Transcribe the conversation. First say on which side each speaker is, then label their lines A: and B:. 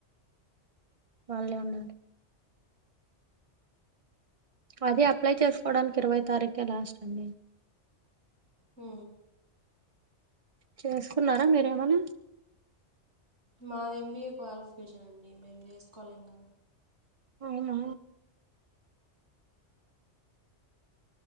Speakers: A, on the right (about 30°); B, on the right (about 90°).
A: వాళ్ళే ఉండి అది అప్లై చేసుకోవడానికి ఇరవై తారీఖే లాస్ట్ అండి
B: హ
A: చేసుకున్నారా మీరేమన్నా
B: మాది ఎంబీఏ క్వాలిఫికేషన్ అండి మేము చేసుకోలేం గా
A: అవునా